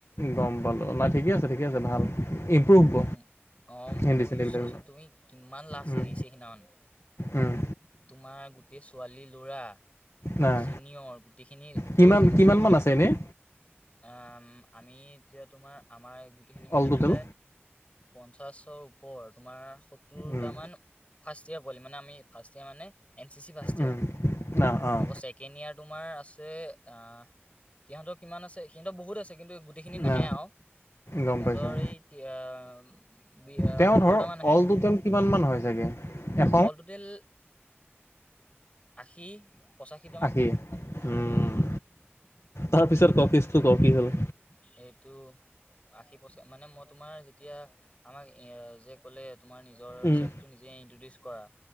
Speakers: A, on the left; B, on the left.
A: গম পালোঁ, নাই ঠিকে আছে ঠিকে আছে ভাল। ইম্প্ৰুভ
B: অ',
A: হ'ব
B: অ' মোৰ
A: হিন্দী চিন্দিবিলাক
B: চোৱাচোন তুমি কিমান লাজ
A: উম
B: লাগিছে এইখিনি আহোঁতে।
A: উম
B: তোমাৰ গোটেই ছোৱালী ল'ৰা,
A: নাই
B: চিনিয়ৰ গোটেইখিনি
A: কিমান
B: কৈছে তাৰপিছত
A: কিমানমান
B: মানে
A: আছে এনেই
B: আ, আমি এতিয়া তোমাৰ আমাৰ গোটেইখিনি মিলাই
A: অল টোটেল
B: পেলাই পঞ্চাশৰ ওপৰ, তোমাৰ সত্তৰটামান
A: উম
B: ফাৰ্ষ্ট য়াৰ পোৱালি মানে আমি ফাৰ্ষ্ট য়াৰ মানে এণ চিচি ফাৰ্ষ্ট য়াৰ।
A: উম না অঁ
B: আকৌ চেকেণ্ড য়াৰ তোমাৰ আছে অ' সিহঁতৰ কিমান আছে সিহঁতৰ বহুত আছে কিন্তু গোটেইখিনি নাহে
A: না
B: আৰু
A: গম
B: সিহঁতৰ
A: পাইছোঁ
B: এই তি- আহ, বি- আহ,
A: তেওঁ
B: পোন্ধৰটা
A: ধৰ
B: মান আহে
A: অলটোটেল তেওঁ কিমান মান হয় চাগে। এশ
B: অল টুটেল আশী পঁচাশীটামান
A: আশী? উম! তাৰপিছত কেচটো ক কি হ'ল?
B: এইটো আশী বছৰ মানে মই তোমাৰ যেতিয়া আমাক যে ক'লে তোমাৰ নিজৰ
A: উম,
B: চেল্ফটো নিজে ইনট্ৰডিউচ কৰা।